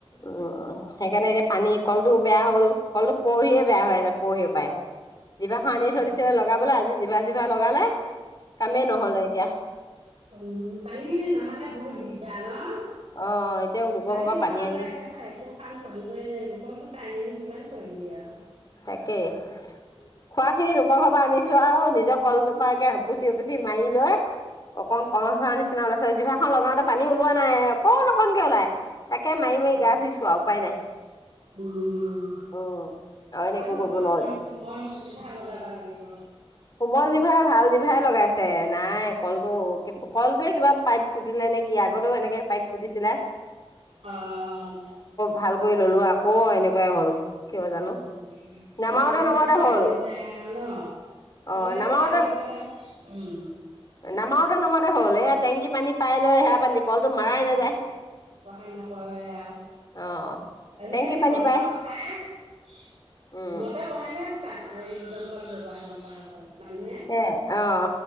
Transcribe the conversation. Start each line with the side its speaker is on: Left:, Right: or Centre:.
Left: অ অ সেইকাৰণে এতিয়া পানী কলটো বেয়া হ'ল, কলটো পৰিহে বেয়া হৈ আছে, পৰহি পায়। জিভাখন আনি
Right: অ
Left: থই দিছে, লগাবলৈ আজি জিভা চিভা লগালে কামেই নহলে এতিয়া
Right: অ উম পানী খিনি নহলে বহুত দিগদাৰ নহ,
Left: অ এতিয়া লোকৰ
Right: পানী
Left: ঘৰৰ পৰা
Right: ন ইফালে
Left: আনি
Right: একেবাৰে একো কাম কৰিবই নোৱাৰিম, লোকৰ ঘৰৰ পৰা আনিনো কিমান কৰিম দিয়া
Left: তাকেই, খোৱা খিনি লোকৰ ঘৰৰ পৰা আনিছো আৰু নিজৰ কল থোপা তাকে, উপুচি উপুচি মাৰি লয়। অকন
Right: অ
Left: কন ধৰা নিচিনা ওলা ছে জিভাখন লগাওতে পানী ওলোৱা নাই অকণ অকণকে ওলাই। তাকে মাৰি মাৰি
Right: উম
Left: গা ধুইছো উপায় নাই
Right: উম
Left: উম। এনে
Right: ভাল
Left: একো
Right: হ'ব
Left: কৰিব
Right: অকমান
Left: নোৱাৰো
Right: কোমল জিভা লগাবা লাগিব
Left: কোমল জিভাই ভাল জিভাই লগাইছে নাই কলটো কলটোৱে কিবা পাইপ ফুটিলে নে কি আগতেও এনেকে পাইপ ফুতিছিলে
Right: অহ
Left: ভাল কৰি ললো আকৌ এনেকুৱাই হ'ল কিয় জানো
Right: উম
Left: নামাওতে
Right: তলেদি দি
Left: নামাওতে
Right: যদি পানী
Left: হ'ল
Right: যায় আও তলেদি
Left: অ নামাওতে
Right: পানী গলে উম
Left: নমাওঁতে নমাওঁতে হ'ল এ টেংকি পানী পাই লৈ সেয়া পানী কলটো মাৰাই
Right: অ
Left: নাযায়
Right: ব্যৱহাৰ নকৰে এয়া
Left: অ
Right: আজিকালি
Left: টেংকি পানী
Right: মটৰ
Left: পায়
Right: বহায়
Left: উম
Right: মটৰ বহালে পা এই উদমকল ব্যৱহাৰ নকৰা হ'ল মানুহে।
Left: অ আহ।